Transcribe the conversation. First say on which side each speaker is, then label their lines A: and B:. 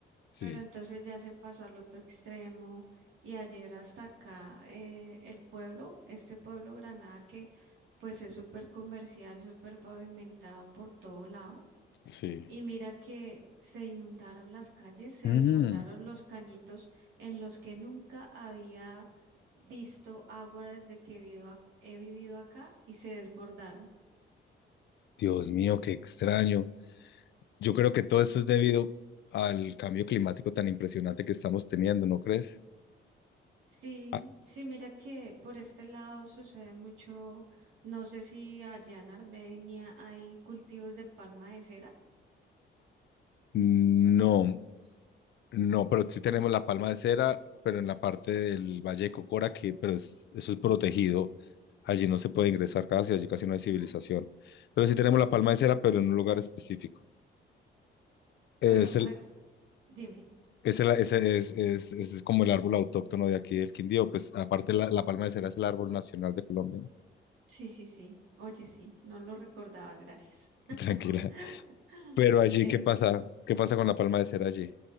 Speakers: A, on the left (about 60°); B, on the right (about 85°).
A: Sí,
B: Pero entonces ya se pasó al otro extremo y ayer hasta acá eh, el pueblo, este pueblo Granada que pues es súper comercial, súper pavimentado por todo lado.
A: sí.
B: Y mira que se inundaron las calles, se
A: Mm,
B: desbordaron los cañitos en los que nunca había visto agua desde que vivo ac- he vivido acá y se desbordaron.
A: Dios mío, qué extraño. Yo creo que todo esto es debido al cambio climático tan impresionante que estamos teniendo, ¿no crees?
B: Sí,
A: Ah,
B: sí, mira que por este lado sucede mucho, no sé si allá en Armenia hay cultivos de palma de cera.
A: no. No, pero sí tenemos la palma de cera, pero en la parte del Valle de Cocora, que pero es- eso es protegido. Allí no se puede ingresar casi, allí casi no hay civilización. Pero sí tenemos la palma de cera, pero en un lugar específico. Es
B: Bueno,
A: el,
B: ah, dime,
A: es el- es, es, es, es- es como el árbol autóctono de aquí del Quindío. Pues aparte la, la palma de cera es el árbol nacional de Colombia. ¿no?
B: sí, sí, sí, oye, sí, no lo recordaba, gracias.
A: <laughs> Tranquila.
B: <laughs>
A: Pero allí,
B: Es-
A: ¿qué pasa? ¿Qué pasa con la palma de cera allí?